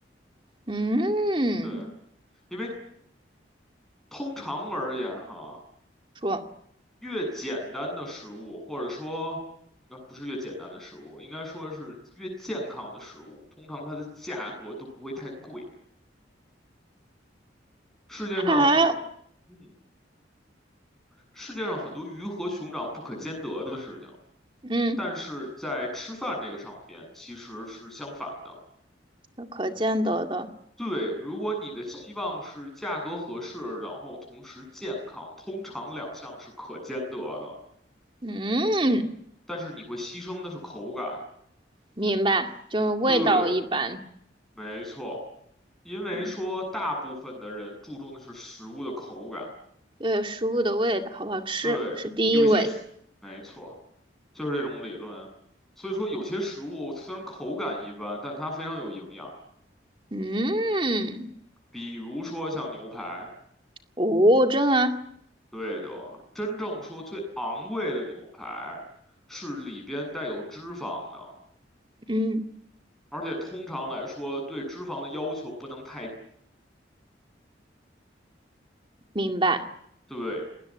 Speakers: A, on the right; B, in the centre.
A: 嗯，
B: 对，因为通常而言哈，
A: 说
B: 越简单的食物，或者说，应该不是越简单的食物，应该说是越健康的食物，通常它的价格都不会太贵。世界上很多，
A: 还
B: 嗯，世界上很多鱼和熊掌不可兼得的事情。
A: 嗯，
B: 但是在吃饭这个上边其实是相反的。
A: 有可见得的。
B: 对，如果你的期望是价格合适，然后同时健康，通常两项是可兼得的，
A: 嗯，
B: 但是你会牺牲的是口感。
A: 明白，就是味道一般。
B: 对，没错，因为说大部分的人注重的是食物的口感。
A: 嗯，对食物的味道好不好吃是第一位。
B: 对，有一些食，没错，就是这种理论。所以说，有些食物虽然口感一般，但它非常有营养，
A: 嗯，
B: 比如说像牛排。
A: 哦，真的啊，
B: 对的，真正说最昂贵的牛排是里边带有脂肪的，
A: 嗯，
B: 而且通常来说对脂肪的要求不能太，
A: 明白。
B: 对，